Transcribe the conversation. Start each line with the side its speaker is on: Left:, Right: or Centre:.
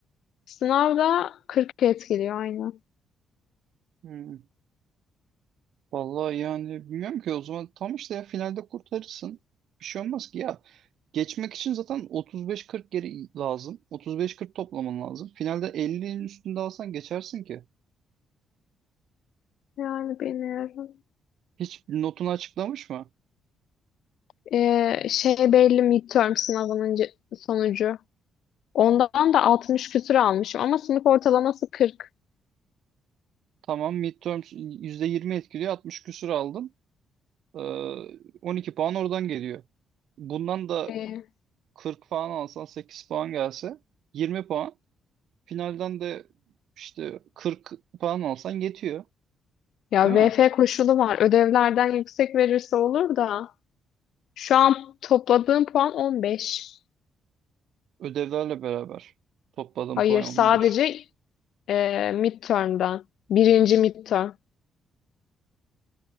Left: sınav da 40 etkiliyor aynen.
Right: Hı. Vallahi yani bilmiyorum ki o zaman tam işte ya finalde kurtarırsın. Bir şey olmaz ki ya. Geçmek için zaten 35-40 geri lazım. 35-40 toplaman lazım. Finalde 50'nin üstünde alsan geçersin ki.
Left: Yani bilmiyorum.
Right: Hiç notunu açıklamış mı?
Left: Eee, şey belli midterm sınavının ce- sonucu. Ondan da 60 küsür almışım ama sınıf ortalaması 40.
Right: Tamam midterms %20 etkiliyor. 60 küsur aldın. Ee, 12 puan oradan geliyor. Bundan da
Left: Ee,
Right: 40 puan alsan 8 puan gelse 20 puan. Finalden de işte 40 puan alsan yetiyor.
Left: ya
Right: Değil mi?
Left: VF koşulu var. Ödevlerden yüksek verirse olur da. Şu an topladığım puan 15.
Right: Ödevlerle beraber topladığım
Left: Hayır
Right: puan 15.
Left: sadece e, midterm'den. Birinci midterm.